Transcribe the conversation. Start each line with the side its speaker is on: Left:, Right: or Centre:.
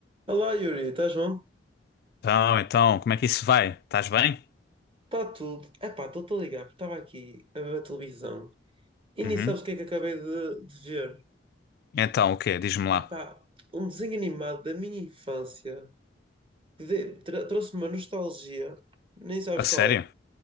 Right: Olá Yuri, estás bom?
Left: Então, então, como é que isso vai? Estás bem?
Right: Está tudo. Epá, estou-te a ligar porque estava aqui a ver a televisão e nem
Left: Uhum.
Right: sabes o que é que acabei de, de ver.
Left: Então, o quê? Diz-me lá.
Right: Epá, um desenho animado da minha infância que de- tra- trouxe-me uma nostalgia. Nem sabes
Left: A sério?
Right: qual é.